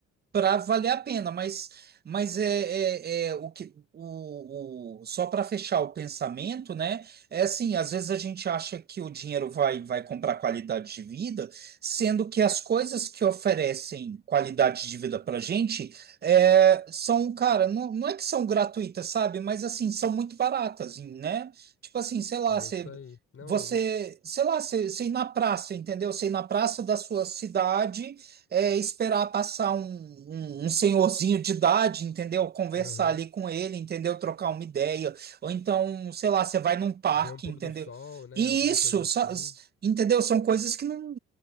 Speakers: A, on the right; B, on the left.
A: para valer a pena, mas mas é, é, é o que o, o- só para fechar o pensamento, né? É assim, às vezes a gente acha que o dinheiro vai vai comprar qualidade de vida, sendo que as coisas que oferecem qualidade de vida para gente é, são, cara, não, não é que são gratuitas, sabe? Mas assim, são muito baratas, né? Tipo assim, sei lá,
B: É
A: você,
B: isso aí. Não,
A: você,
B: e no,
A: sei lá, você, você ir na praça, entendeu? Você ir na praça da sua cidade, é, esperar passar um, um, um senhorzinho de idade, entendeu? Conversar
B: Aham.
A: ali com ele, entendeu? Trocar uma ideia. Ou então, sei lá, você vai num parque,
B: Ver um pôr
A: entendeu?
B: do sol, né?
A: E
B: Alguma
A: isso,
B: coisa assim.
A: sa- entendeu? São coisas que não,